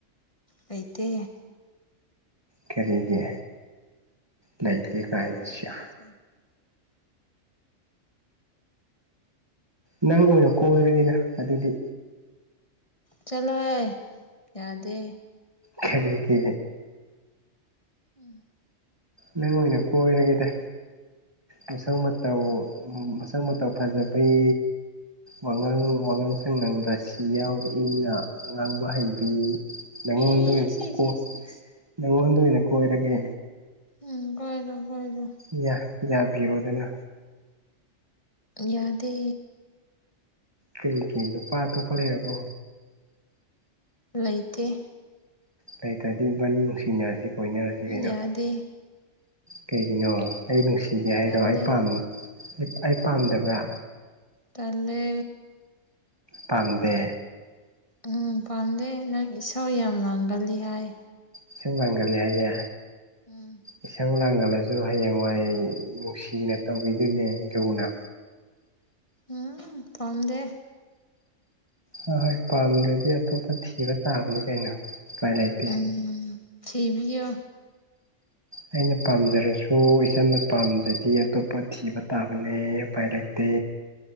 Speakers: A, on the left; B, on the right.
A: ꯂꯩꯇꯦ
B: ꯀꯔꯤꯒꯤ ꯂꯩꯇꯦ ꯀꯥꯏꯅ ꯁꯤꯌꯥ
A: ꯍꯩꯇꯦ
B: ꯅꯪ ꯑꯣꯏꯅ ꯀꯣꯏꯔꯒꯦꯗ ꯑꯗꯨꯗꯤ
A: ꯆꯠꯂꯣꯍꯦ ꯌꯥꯗꯦ
B: ꯀꯔꯤꯒꯤ
A: <unintelligible>
B: ꯅꯪ ꯑꯣꯏꯅ ꯀꯣꯏꯔꯒꯦꯗ ꯃꯁꯛ ꯃꯇꯧ ꯃꯁꯛ ꯃꯇꯧ ꯐꯖꯕꯤ ꯋꯥꯉꯥꯡ ꯋꯥꯉꯥꯡ ꯁꯉꯥꯡ ꯔꯥꯁꯤ ꯌꯥꯎ ꯏꯪꯅ ꯉꯥꯡꯕ ꯍꯩꯕꯤ ꯅꯪꯉꯣꯟꯗ
A: ꯏꯁ
B: ꯑꯣꯏꯅ
A: ꯏꯁ
B: ꯀꯣꯏ
A: ꯏꯁ ꯏꯁ
B: ꯅꯪꯉꯣꯟꯗ ꯑꯣꯏꯅ ꯀꯣꯏꯔꯒꯦ
A: ꯎꯝ ꯀꯣꯏꯔꯣ ꯀꯣꯏꯔꯣ
B: ꯏꯃꯥ ꯌꯥꯕꯤꯔꯣꯗꯅ
A: ꯌꯥꯗꯦ
B: ꯀꯩꯒꯤ ꯅꯨꯄꯥ ꯑꯇꯣꯞꯄ ꯂꯩꯔꯕꯣ
A: ꯂꯩꯇꯦ
B: ꯂꯩꯇ꯭ꯔꯗꯤ ꯏꯕꯥꯅꯤ ꯅꯨꯡꯁꯤꯅꯔꯖꯤ ꯀꯣꯏꯅꯔꯖꯤ ꯀꯩꯅꯣ
A: ꯌꯥꯗꯦ
B: ꯀꯩꯒꯤꯅꯣ ꯑꯩ ꯅꯨꯡꯁꯤꯗꯦ
A: ꯇꯜꯂꯦ
B: ꯍꯥꯏꯔꯣ ꯑꯩ ꯄꯥꯝ ꯑꯩ ꯄꯥꯝꯗꯕ꯭ꯔꯥ
A: ꯇꯜꯂꯦ
B: ꯄꯥꯝꯗꯦ
A: ꯎꯝ ꯄꯥꯝꯗꯦ ꯅꯪ ꯏꯁꯧ ꯌꯥꯝ ꯂꯥꯡꯒꯜꯂꯤ ꯍꯥꯏ
B: ꯏꯁꯧ ꯂꯥꯡꯒꯟꯂꯤ ꯍꯥꯏꯌꯦ
A: ꯎꯝ
B: ꯏꯁꯧ ꯂꯥꯡꯒꯜꯂꯁꯨ ꯍꯌꯦꯡꯋꯥꯏ ꯅꯨꯡꯁꯤꯅ ꯇꯧꯕꯤꯗꯨꯅꯦ ꯂꯨꯅ
A: ꯎꯝ ꯄꯝꯗꯦ
B: ꯍꯣꯏ ꯍꯣꯏ ꯄꯥꯝꯗ꯭ꯔꯗꯤ ꯑꯇꯣꯞꯄ ꯊꯤꯕ ꯇꯥꯕꯅꯤ ꯀꯩꯅꯣ ꯎꯄꯥꯏ ꯂꯩ
A: ꯎꯝ ꯊꯤꯕꯤꯌꯣ
B: ꯑꯩꯅ ꯄꯥꯝꯖꯔꯁꯨ ꯏꯆꯟꯅ ꯄꯥꯝꯗ꯭ꯔꯗꯤ ꯑꯇꯣꯞꯄ ꯊꯤꯕ ꯇꯥꯕꯅꯦ ꯎꯄꯥꯏ ꯂꯩꯇꯦ